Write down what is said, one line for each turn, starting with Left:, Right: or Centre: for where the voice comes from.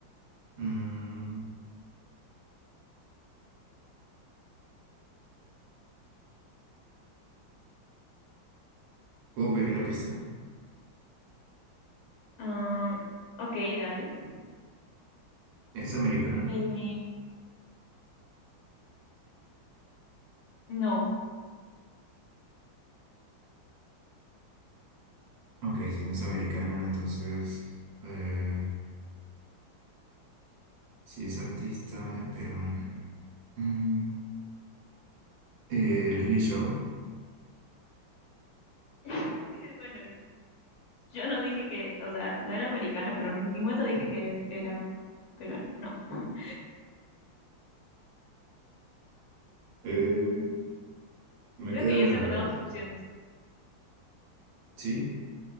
Right: Mm, ¿puedo pedir una pista?
Left: Ah, ok, dale.
Right: ¿Es americana?
Left: Eh, no.
Right: Ok, si no es americana, entonces... eh, si es artista, es peruana. Mm, eh, Leslie Shaw.
Left: <laughs> Bueno, yo no dije que, o sea, no era americana, pero no, en ningún momento dije que era peruana. No. <laughs>
Right: Eh,
Left: Mm,
Right: me
Left: creo
Right: queda
Left: que ya
Right: una,
Left: se agotaron
Right: ¿verdad?
Left: tus opciones.
Right: Sí,